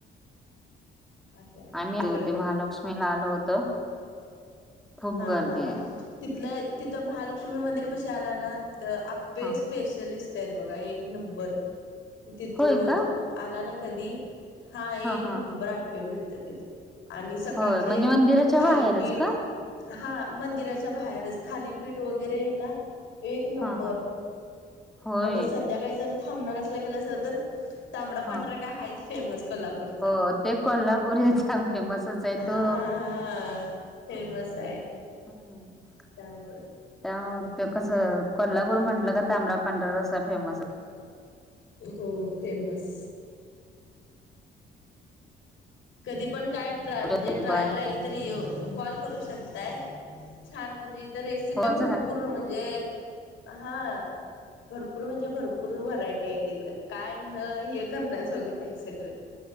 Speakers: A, on the left; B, in the centre.
A: आहे आहे
B: आम्ही ते
A: इकडे
B: होती महालक्ष्मीला आलो होतो. खूप
A: हा
B: गर्दी
A: हा तिथलं तिथं महालक्ष्मी मंदिर पशी आला ना तिथं आपे
B: ह
A: स्पेशलिस्ट आहेत बघा एक नंबर तिथून
B: होय का
A: आला ना कधी, हा एक
B: हा
A: नंबर
B: ह
A: आप्पे भेटत्यात इथं. आणि सकाळचे
B: होय म्हणजे मंदिराच्या
A: थालीपीठ
B: बाहेरच का
A: हा मंदिराच्या बाहेरच थालीपीठ वगैरे हे ना एक नंबर
B: हा हा होय
A: आणि संध्या द्याकाळी जर थांबणार असला केलासा तर तांबडा
B: हा
A: पांढरा काय हायच. फेमस कोल्हापूरचा
B: हो ते कोल्हापुरीचा फेमसच आहे
A: हा हा
B: तो
A: हा हा. फेमस हाय.
B: हम्म.
A: त्यामुळं
B: त्या ते कसं कोल्हापूर म्हटलं का तांबडा पांढरा रस्सा फेमस.
A: हो फेमस. कधी पण काय ट्रा म्हणजे
B: ज्योतिबा
A: ट्रायल
B: आहे.
A: लागलं तरी यो कॉल करू शकताय छान म्हणजे इ इथं रेसिपी
B: हो झालं
A: भरपूर म्हणजे हा भरपूर म्हणजे भरपूर व्हरायटी हाईत इकडं काय न हे करण्याजोगं हाय सगळं.